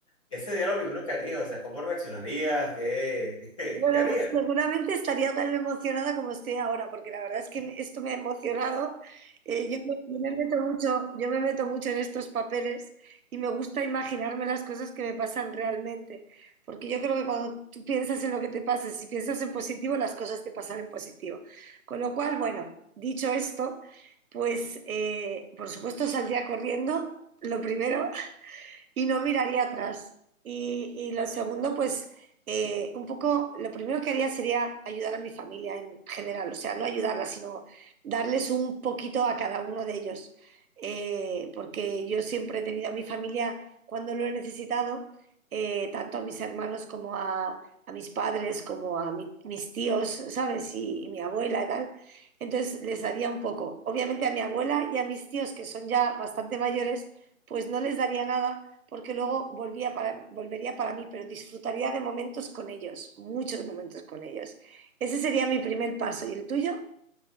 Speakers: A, on the left (about 25°); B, on the right (about 80°).
A: Ese día lo primero que harías, o sea, ¿cómo reaccionarías? ¿Qué, <laughs> qué,
B: Bueno,
A: qué harías?
B: pues seguramente estaría tan emocionada como estoy ahora, porque la verdad es que esto me ha emocionado. Eh, yo, me, yo me meto mucho, yo me meto mucho en estos papeles y me gusta imaginarme las cosas que me pasan realmente, porque yo creo que cuando tú piensas en lo que te pasa, si piensas en positivo, las cosas te pasan en positivo. Con lo cual, bueno, dicho esto, pues eh, por supuesto saldría corriendo, lo primero, y no miraría atrás. Y, y lo segundo, pues eh, un poco, lo primero que haría sería ayudar a mi familia en general, o sea, no ayudarla, sino darles un poquito a cada uno de ellos, Eh, porque yo siempre he tenido a mi familia cuando lo he necesitado, eh, tanto a mis hermanos como a, a mis padres, como a mi- mis tíos, ¿sabes? Y, y mi abuela y tal. Entonces les daría un poco. Obviamente a mi abuela y a mis tíos, que son ya bastante mayores, pues no les daría nada porque luego volvía para, volvería para mí, pero disfrutaría de momentos con ellos, muchos momentos con ellos. Ese sería mi primer paso. ¿Y el tuyo?